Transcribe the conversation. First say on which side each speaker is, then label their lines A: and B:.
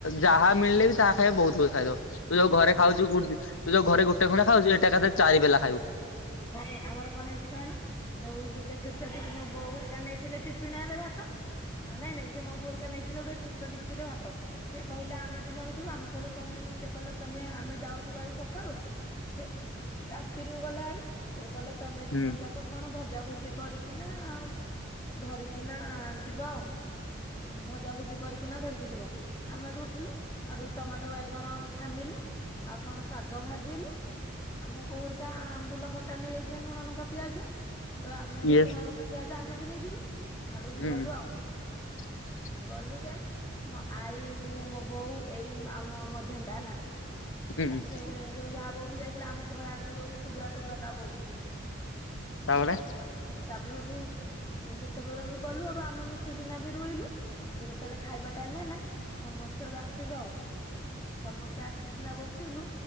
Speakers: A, on the left; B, on the left.
A: ଯାହା ମିଳିଲେ ବି ତାହା ଖାଇବା ବହୁତ୍ ବହୁତ୍ ଖାଇଦବ। ତୁ ଯୋଉ ଘରେ
B: ଆମେ
A: ଖାଉଛୁ
B: କଣ
A: ତୁ ଯୋଉ ଘରେ ଗୋଟେ ଖଣ୍ଡେ ଖାଉଛୁ ଏଟା ଏକାଥରେ ଚାରି ବେଲା ଖାଇବୁ।
B: ନାଇଁ ଆମର କଣ ହେଇଛି କହିଲ ଯୋଉ ଗୋଟେ ଛୋଟ ଟିକେ ମୋ ବୋଉ ହେରିକା ନେଇଥିଲେ ଟିପିଣି ରେ ଭାତ ନାଇଁ ନାଇଁ ସେ ମୋ ବୋଉ ହେରିକା ନେଇଥିଲେ ଗୋଟେ ଛୋଟ ଟିକ୍ଚିରେ ଭାତ ସେ କହିଲା ଆମେ ଦି ଜଣ ଯିବୁ ଆମ ତମେ ସେ କହିଲ ତମେ ଆମେ ଯାଉଛୁ ଭାରି ସକାଳୁ ସେ ରାତିରୁ ଗଲା ଭାରି ସେଠୁ କହିଲେ ତମେ ଦି
A: ହୁଁ।
B: ଜଣ ଯାକ କଣ ଭଜାଭୁଜି କରିକି ନା ଆଉ ଧରିକି କିନା ଯିବ ଆଉ ଭଜାଭୁଜି କରିକିନା ଧରିକି ଯିବ। ଆମେ ଏଠୁ ଉଠିଲୁ ହେଟୁ ଟମାଟ ବାଇଗଣ ଛାଣିଦେଲୁ ଆଉ କଣ ଶାଗ ଭାଜିଲୁ ଆମ ବୋଉ ହେରିକା ଆମ୍ବୁଲ ଖ ଟା ନେଇଯାଇଥିଲେ ଲୁଣ ନଙ୍କା ପିଆଜ ହାଡୁ ଆମେ ହେଠୁ
A: ୟେସ୍
B: ଲୁଣ ଲଙ୍କା ପିଆଜ ଆମେ ବି ନେଇଥିଲୁ। ହାଡୁ
A: ହୁଁ
B: ଗଲୁ ଆଉ
A: <inaudible>
B: ଗଲୁ ଯେ ମୋ ଆଈ ମୁଁ ମୋ ବୋଉ ଏଇ ଆମ ମଝିଆଣିଟା ହେଲା
A: ହୁଁ
B: ତାପରେ ଯୋଉ ୟା ବୋଉ ବି ଯାଇଥିଲା ଆମ ଘର ଆଗରେ ଯୋଉ ଟୁବୁରା ଟୁବୁରା ତା ବୋଉ
A: ତାପରେ
B: ହେଲା ତାପ୍ ତାପରେ ହେଠୁ ଯେତେବେଳେ ଲୁ ଗଲୁ ଏଡୁ ଆମେ ମିଶିକିନା ବି ରଇଲୁ। ହେଠୁ ଯେତେବେଳେ ଖାଇବା ଟାଇମ ହେଲା ସମସ୍ତେ ହେଠୁ ଆସିଲୁ ଆଉ ସମସ୍ତେ ଆସିକିନା ବସ ସିଲୁ